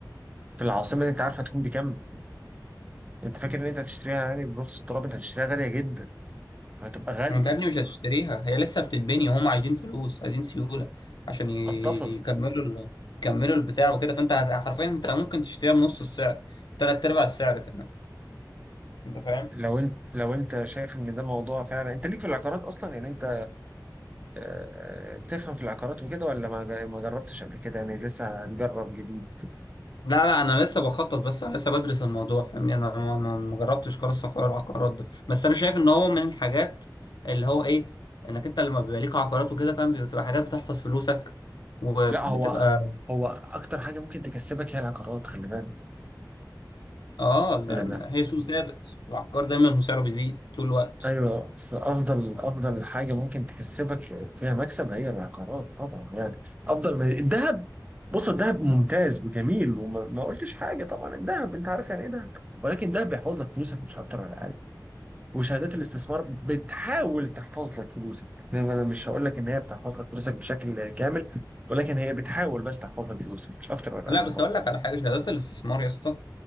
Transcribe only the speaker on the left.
ما انت يا ابني مش هتشتريها هي لسه بتتبني هم عايزين فلوس عايزين سيولة عشان ي-
يكملوا ال... يكملوا البتاع وكده فانت هت- حرفيا انت ممكن تشتريها بنص السعر تلات ارباع السعر كمان انت فاهم
لا لا انا لسه بخطط بس انا لسه بدرس الموضوع فاهمني انا ما ما- ما جربتش خالص حوار العقارات ده بس انا شايف ان هو من الحاجات اللي هو ايه انك انت لما بيبقى ليك عقارات وكده فاهم بتبقى حاجات بتحفظ فلوسك وبتبقى
اه لأن
هي سوق ثابت العقار دايما سعره بيزيد طول الوقت
لا
بس
اقول لك على حاجه شهادات الاستثمار يا اسطى